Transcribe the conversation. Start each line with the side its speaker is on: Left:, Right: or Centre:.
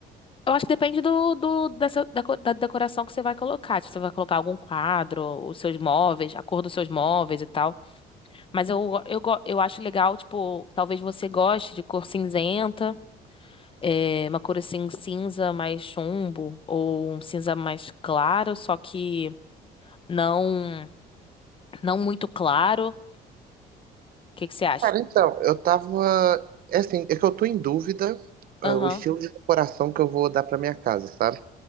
Left: Eu acho que depende do, do- dessa, da, co- da decoração que você vai colocar. Se você vai colocar algum quadro, os seus móveis, a cor dos seus móveis e tal. Mas eu, go- eu, go- eu acho legal, tipo, talvez você goste de cor cinzenta, é, uma cor assim cinza mais chumbo, ou um cinza mais claro, só que não, não muito claro. O que que você acha?
Right: Cara, então, eu tava. É assim, é que eu tô em dúvida é,
Left: Aham,
Right: o estilo de decoração que eu vou dar pra minha casa, sabe?